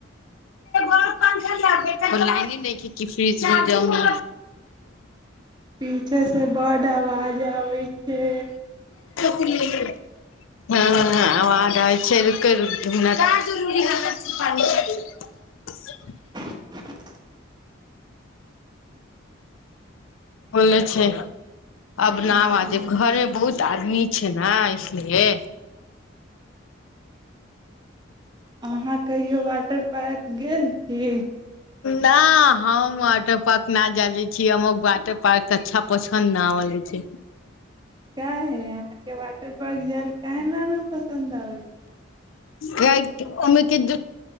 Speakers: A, on the left; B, on the right.
A: बान ख कि फ्रिज भी जमा
B: ही अच्छासँ बड्ड आवाज आबै छै
A: हँ आवाज आबै छै र
B: <unintelligible>
A: ब छै अब न
B: हँ
A: आाजेब घरे बहुत आमी अच छै ने इसलिए
B: अहाँ कहि क वाटर पार्क गेल छी
A: नहि हम वाटर पार्क न जाले छीिय हमर वाटर पार्क अच्छा पसन्द न होले छै
B: ा है अहाँके बात करपबाक जाल कनला न पसन्द आबे छै
A: क ओमे के